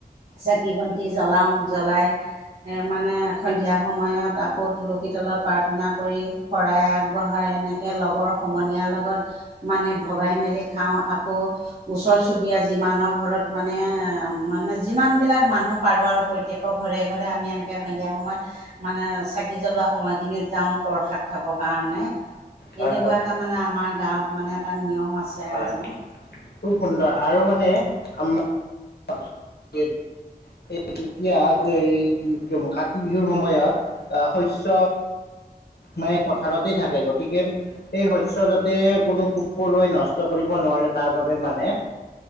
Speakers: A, on the right (about 50°); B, on the left (about 80°).
A: চাকি- বন্তি জ্বলাওঁ। জ্বলাই এ মানে সন্ধিয়া সময়ত আকৌ তুলসী তলত প্ৰাৰ্থনা কৰি শৰাই আগবঢ়াই এনেকে লগৰ সমনীয়াৰ লগত মানে ভগাই মেলি খাওঁ আকৌ ওচৰ চুবুৰীয়া যিমানৰ ঘৰত মানে-মানে যিমান বিলাক মানুহ পাৰো আৰু প্ৰত্যেকৰ ঘৰ ঘৰে-ঘৰে আমি এনেকৈ সন্ধিয়া সময়ত মানে চাকি জ্বলোৱা সময়খিনিত যাওঁ প্ৰসাদ খাবৰ কাৰণ মানে
B: হয়
A: এনেকুৱা
B: হয়
A: এটা মানে আমাৰ গাঁৱত মানে এটা নিয়ম আছে
B: হয়
A: আৰু।
B: খুব সুন্দৰ আৰু মানে আমাৰ <unintelligible> এই তেতিয়া এই কাতি বিহুৰ সময়ত অ, শস্য মানে পথাৰতে থাকে গতিকে এই শস্য যাতে কোনো পোক পৰুৱাই নষ্ট ট কৰিব নোৱাৰে তাৰ বাবে মানে